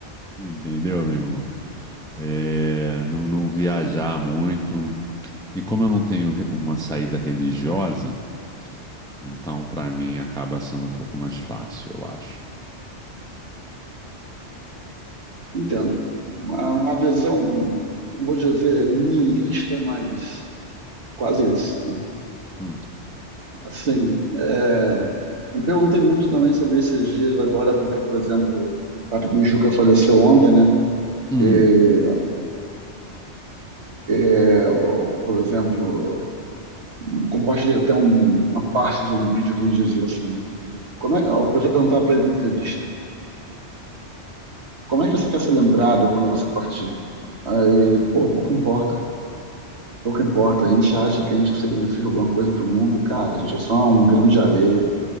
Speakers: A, in the centre; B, on the right (about 70°).
A: Entendeu, meu irmão? É, não, não viajar muito. E como eu não tenho re- uma saída religiosa, então pra mim acaba sendo um pouco mais fácil, eu acho.
B: Entendo.
A: Tô-
B: Uma, uma visão, não vou dizer niilista, mas quase isso, né?
A: Hum,
B: Assim, é, me perguntei muito também sobre esses dias agora, porque, por exemplo, Patrick Mijuca faleceu ontem, né?
A: hum,
B: E, é, por exemplo, compartilhei até um- uma parte de um vídeo que ele dizia assim, né? Como é, o pessoal perguntava para ele numa entrevista, como é que você quer ser lembrado quando você partir? Aí ele, pô, pouco importa, pouco importa. A gente acha que a gente significa alguma coisa para o mundo, cara, a gente é só um grão de areia.